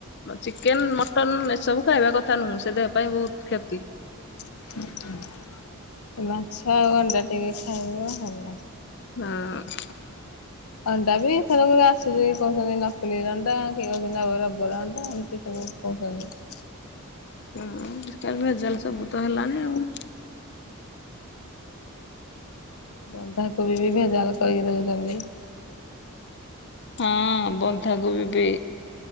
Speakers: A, on the left; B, on the left.
A: ଚିକେନ୍ ମଟନ୍ ଏସବୁ ଖାଇବା କଥା ନୁହଁ? ସେ ଦେହ ପାଇଁ ବହୁତ କ୍ଷେତି।
B: ହ <inaudible> ମାଛ, ଆଉ ଅଣ୍ଡା ଟିକେ ଖାଇବ ଭଲ।
A: ହଁ
B: ଅଣ୍ଡା ବି ଏଥର କୁ ଆସୁଚି କହୁଛନ୍ତି ନକଲି ଅଣ୍ଡା। କିଏ କହୁଛନ୍ତି ଆଉ ରବର ଅଣ୍ଡା ଏମିତି ସବୁ। କଉଁ କହିବ?
A: ହୁଁ କାଲ ଭେଜାଲ୍ ସବୁତ ହେଲାଣି ଆଉ।
B: ବନ୍ଧାକୋବି, ବି ଭେଜାଲ କରିକି ଦଉଚନ୍ତି।
A: ହଁ ବନ୍ଧାକୋବି ବି।